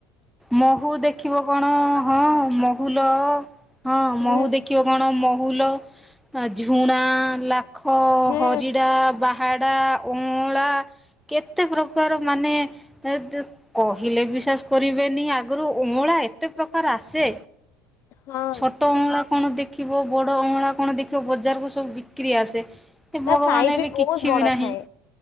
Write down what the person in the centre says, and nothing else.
ମହୁ ଦେଖିବ କଣ ହଁ ମହୁଲ। ହଁ
ମହୁ ଦେଖିବ କଣ ମହୁଲ ଝୁଣା ଲା ପାଖ
ହରିଡ଼ା ବା ଭାଆଡ଼ା ଅଁଳା କେତେ ପ୍ରକାର ମାନେ- କହିଲେ ବିଶ୍ୱାସ କରିବେନି ଆଗରୁ ଅଁଳା ଏତେ ପ୍ରକାର ଆସେ।
ଛୋଟ ଅଁଳା। କଣ ଦେଖିବ ବଡ ଅଁଳା କଣ ଦେଖିବ ବଜାର କୁ ସବୁ ବିକ୍ରି ଆସେ। ସେ
ଭଗବାନ
ଏବେ
କିଛି
ବି ନାହିଁ